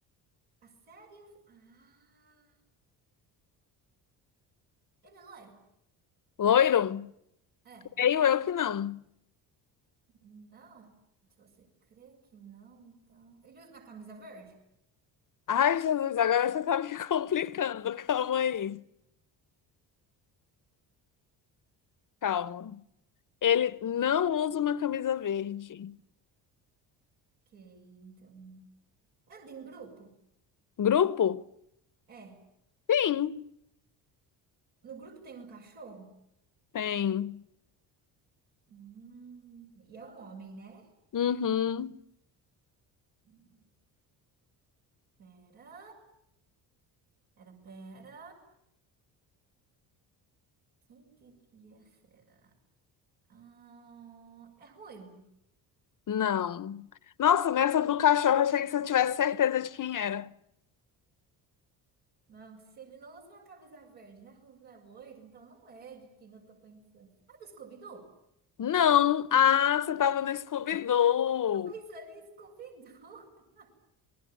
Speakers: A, on the right (about 75°); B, on the left (about 40°).
A: A série... e o fi- Ah... Ele é loiro?
B: Loiro?
A: É,
B: Creio eu que não.
A: não. Se você crê que não, então. Ele usa uma camisa verde?
B: Ai, Jesus, agora você tá me <laughs> complicando. Calma aí. Calma. Ele não usa uma camisa verde.
A: Ok, então. Anda em grupo?
B: Grupo?
A: É.
B: Sim,
A: No grupo tem um cachorro?
B: tem.
A: Hum, e é um homem, né?
B: Uhum.
A: Hum, Pera, pera, pera. Quem que que é, será? Ah, é ruivo.
B: Não. Nossa, nessa do cachorro, achei que você tivesse certeza de quem era.
A: Não, se ele não usa uma camisa verde, né? Ruivo é loiro, então não é de quem eu tô pensando. Ah, do Scooby-Doo?
B: Não. Ah, você tava no Scooby-Doo.
A: Tô pensando em Scooby-Doo. <laughs>